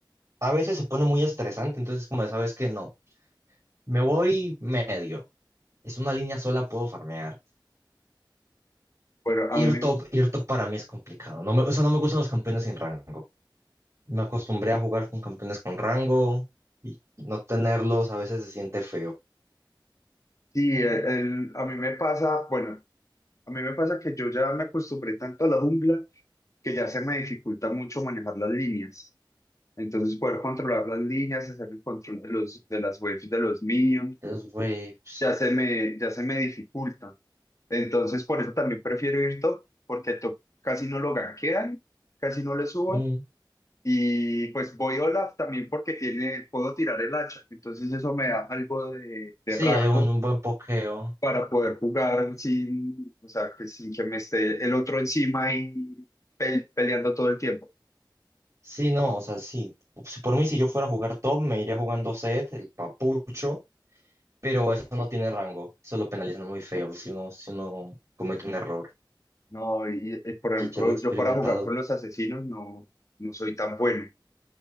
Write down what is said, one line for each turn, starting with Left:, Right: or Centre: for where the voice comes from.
Right: a veces se pone muy estresante, entonces como de, sabes que no, me voy medio, es una línea sola, puedo farmear.
Left: bueno, a mí
Right: Ir
Left: me
Right: top,
Left: gusta.
Right: ir top para mí es complicado. No me, o sea, no me gustan los campeones sin rango. Me acostumbré a jugar con campeones con rango y no tenerlos a veces se siente feo.
Left: Sí, el- el- a mí me pasa, bueno, a mí me pasa que yo ya me acostumbré tanto a la jungla que ya se me dificulta mucho manejar las líneas. Entonces, poder controlar las líneas, hacer el control de los, de las waves de los minions,
Right: Esos waves.
Left: ya se me, ya se me dificulta. Entonces, por eso también prefiero ir top, porque top casi no lo gankean, casi no le suben
Right: mm,
Left: Y pues voy Olaf también porque tiene, puedo tirar el hacha, entonces eso me da algo de, de
Right: sí,
Left: rango
Right: hay un, un buen pokeo.
Left: para poder jugar sin, o sea, que sin que me esté el otro encima y pe- peleando todo el tiempo.
Right: Sí, no, o sea, sí. Si por mí, si yo fuera a jugar top, me iría jugando set, el papucho, pero eso no tiene rango. Eso lo penalizan muy feo si uno, si uno comete un error.
Left: No, y, y, por ejemplo,
Right: Y ya lo he experimentado.
Left: yo para jugar con los asesinos no, no soy tan bueno.